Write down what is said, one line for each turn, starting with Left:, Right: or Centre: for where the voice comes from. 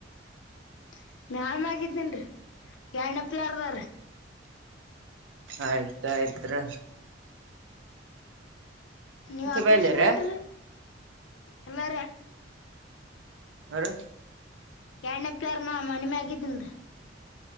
Left: <unintelligible>
Right: ಆಯ್ತ ಆಯ್ತ್ ರಿ
Left: ನೀವ್ ಆ
Right: ಬಲ್ಲಿರಿ
Left: ಕಡೆ ಎಲ್ ಹೊಂತ್ರಿ ಎಲ್ಲಾರ
Right: ಆ ರಿ
Left: ಎರಡನೇ ಫ್ಲೋರ್ ಮನಿಮ್ಯಾಗ್ ಇದ್ದೀನ್ರಿ